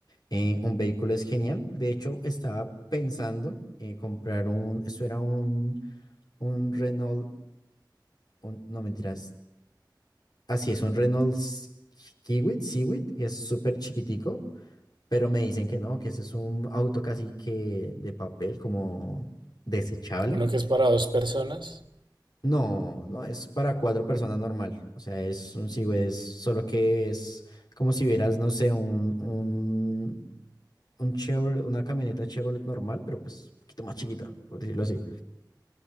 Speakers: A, on the left (about 60°); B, on the right (about 80°).
A: eh, un vehículo es genial. De hecho, estaba pensando eh, comprar un, eso era un, un Renault, un- no mentiras, así es, un Renault S- Kiwit, Civic, y es súper chiquitico, pero me dicen que no, que ese es un auto casi que de papel, como desechable.
B: Uno que es para dos personas.
A: No, no es para cuatro personas normal. O sea, es un es solo que es como si vieras, no sé, un, un, un Chevrolet, una camioneta Chevrolet normal, pero pues un poquito más chiquita, por decirlo así.